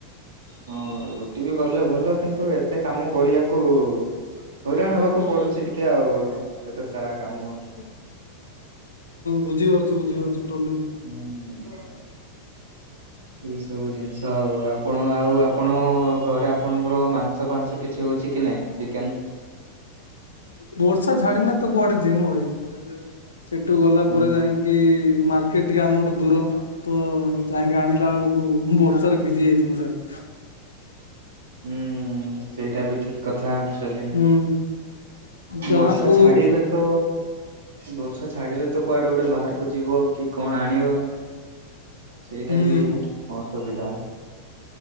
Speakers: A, on the right; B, on the left.
A: ହଁ ରୁଟି ବି କଲେ ଭଲ କିନ୍ତୁ ଏତେ କାମ କରିବାକୁ ହଇରାଣ ହବାକୁ ପଡୁଛି ଟିକେ ଆଉ। ଏତେ ସାରା କାମ।
B: ହୁଁ, ବୁଝି ପାରୁଛି ବୁଝିପାରୁଛି ପ୍ରୋବ୍ଲେମ୍।
A: ହୁଁ। ଏଇ ସବୁ ଜିନିଷ ଆଉ ଆପଣ ଆଉ ଆପଣ ଘରେ ଆପଣଙ୍କର ମାଂସ ଫାଂସ କିଛି ହଉଛି କି ନାଇଁ ଚିକେନ୍?
B: ବର୍ଷା ଛାଡିିନେ ତ କୁଆଡେ ଯିମୁ ଭାଇ। ସେଠୁ ଗଲା
A: ହୁଁ
B: ପରେ ଯାଇଁକି କି ମାର୍କେଟ୍ ଟିକେ ଆମଠୁ ଦୂର। ତ ଯାଇକି ଆଣିଲା ବେଳକୁ ବର୍ଷା ରେ ଭିଜି ଯାଇଥିବୁ ସାର୍।
A: ହୁଁ। ସେଇଟା ବି ଠିକ କଥା ଆକ୍ଚୁଲି
B: ହୁଁ। ଗାଁ
A: ବର୍ଷା
B: କୁ
A: ଛାଡିଲେ ତ ବର୍ଷା ଛାଡିଲେ ତ କୁଆଡେ ଗୋଟେ ବାହାରକୁ ଯିବ କି କଣ ଆଣିବ ସେଇଟା
B: ହୁଁ।
A: ବି ଅସୁବିଧା।